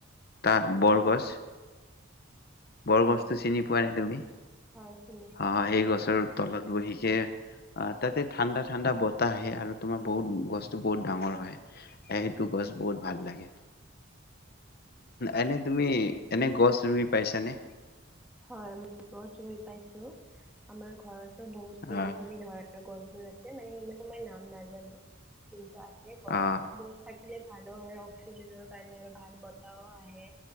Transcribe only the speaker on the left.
ত বৰগছ বৰগছতটো
চিনি পোৱা নাই তুমি
অ সেই গছৰ তলত বহিকে আহ তাতে ঠাণ্ডা ঠাণ্ডা বতাহ আহে আৰু তোমাৰ বহুত গছটো বহুত ডাঙৰ হয় সেইটো গছ বহুত ভাল লাগে এনে তুমি এনে গছ ৰুই পাইছানে
আহ
আহ